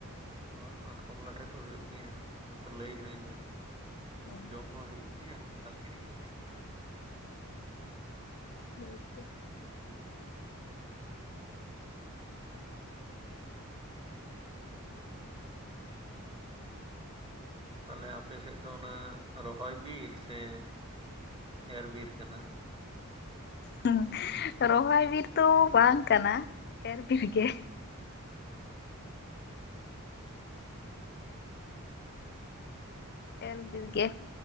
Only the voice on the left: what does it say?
ᱚ
ᱦᱳᱭ ᱛᱚ
ᱦᱩᱸ ᱨᱚᱦᱚᱭ ᱵᱤᱨ ᱫᱚ ᱵᱟᱝ ᱠᱟᱱᱟ ᱮᱨ ᱵᱤᱨ ᱜᱮ
ᱮᱞ ᱵᱤᱨ ᱜᱮ